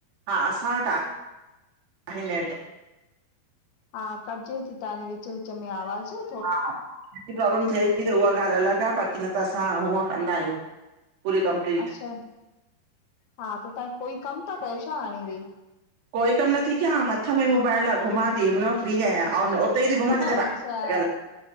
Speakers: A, on the right (about 60°); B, on the left (about 65°).
A: हा, असां वटि आहे नेट
B: हा कटजे ती तव्हांजी विच -विच में आवाज़ु,
A: हा, प्रॉब्लम थे ती त उहा ॻाल्हि अलॻि आ, बाक़ी न त असां हूअं कंदा आहियूं। पूरी कंप्लीट
B: अच्छा, हा त तां कोई कमु ता कयो छा हाणे वेही?
A: कोई कम नथी कियां हथ में ई मोबाइल आ, घुमां ती ंहिनमहिल फ्री आहियां अउं उतेई ती घुमां जिते
B: अच्छा
A: वाईफाई लॻल आ,